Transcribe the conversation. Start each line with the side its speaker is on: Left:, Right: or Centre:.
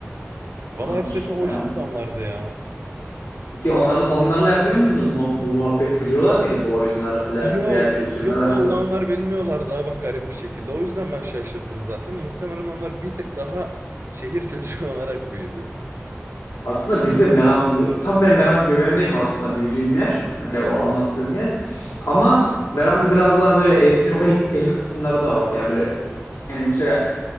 Right: Valla
Left: Doğrudur.
Right: hepsi de çok
Left: Meram.
Right: hoş insanlardı ya.
Left: Peki onlarla onlarla yapıyor muydunuz mu, bu muhabbeti biliyorlar mıydı bu oyunları falan
Right: Yok.
Left: veya kültürünü
Right: Yok
Left: de
Right: vallahi
Left: nasıl?
Right: onlar bilmiyorlardı ha bak garip bir şekilde. O yüzden ben şaşırdım zaten. Muhtemelen onlar bir tık daha şehir çocuğu <laughs> olarak büyüdü.
Left: Aslında bizi de Meram'ın tam ben Meram göbeğindeyim aslında büyüdüğüm yer. Hani
Right: Vallahi
Left: o anlattığım
Right: mi?
Left: yer. Ama Meram'ın biraz daha böyle elit- çok elit, elit kısımları da var ya böyle yani mesela